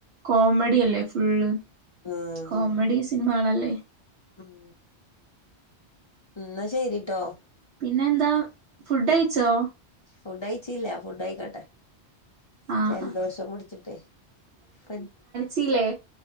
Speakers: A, on the right (about 70°); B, on the left (about 40°).
A: കോമഡി അല്ലേ ഫുള്ള്
B: ഉം
A: കോമഡി സിനിമകാണാല്ലേ
B: ഉം എന്നാ ശരിട്ടോ
A: പിന്നെ എന്താ ഫുഡഴിച്ചോ
B: ഫുഡയിച്ചീല്ലാ ഫുഡയിക്കട്ടെ
A: ആഹ്
B: ജലദോഷം
A: ആഹ്
B: പുട്ച്ചിട്ടേ ഫ്രൻ
A: സിലേ